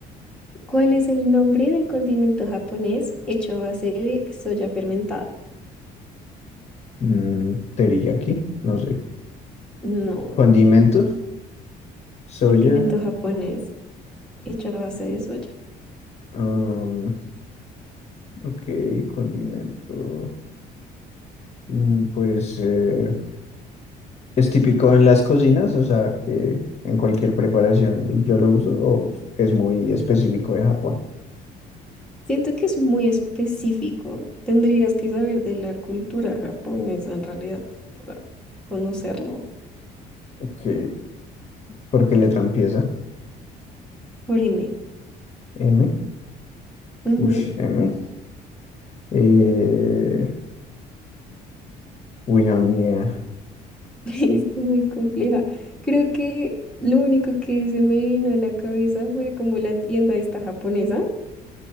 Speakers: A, in the centre; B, on the left.
A: ¿Cuál es el nombre del condimento japonés hecho a base de soya fermentada?
B: Mm, teriyaki, no sé.
A: No.
B: Condimento, soya.
A: condimento japonés hecho a base de soya.
B: ah, ok, condimento. mm, puede ser es típico en las cocinas, o sea, que en cualquier preparación yo lo uso, o es muy específico de Japón.
A: Siento que es muy específico. Tendrías que saber de la cultura japonesa en realidad para conocerlo.
B: Ok. ¿Por qué letra empieza?
A: Orime.
B: M.
A: Ujú.
B: Ush, M. Eh, uy, no, ni idea.
A: <laughs> Está muy compleja. Creo que lo único que se me vino a la cabeza fue como la tienda esta japonesa,